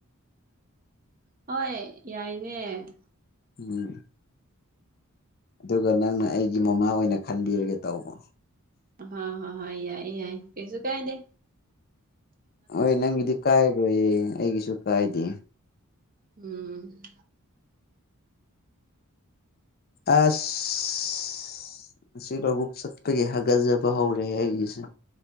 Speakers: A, on the right; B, on the left.
A: ꯍꯣꯏ ꯌꯥꯏꯅꯦ
B: ꯎꯝ ꯑꯗꯨꯒ ꯅꯪꯅ ꯑꯩꯒꯤ ꯃꯃꯥ ꯑꯣꯏꯅ ꯈꯟꯕꯤꯔꯒꯦ ꯇꯧꯕ
A: ꯍ ꯍ ꯍ ꯌꯥꯏ ꯌꯥꯏ ꯀꯁꯨ ꯀꯥꯏꯇꯦ
B: ꯍꯣꯏ ꯅꯪꯒꯤꯗꯤ ꯀꯥꯏꯔꯣꯏꯌꯦ ꯑꯩꯒꯤꯁꯨ ꯀꯥꯏꯗꯦ
A: ꯎꯝ
B: ꯑꯥꯁ ꯁꯤ ꯂꯧꯕꯨꯛ ꯆꯠꯄꯒꯤ ꯍꯥꯒꯠꯆꯕ ꯍꯧꯔꯦ ꯑꯩꯒꯤꯁꯦ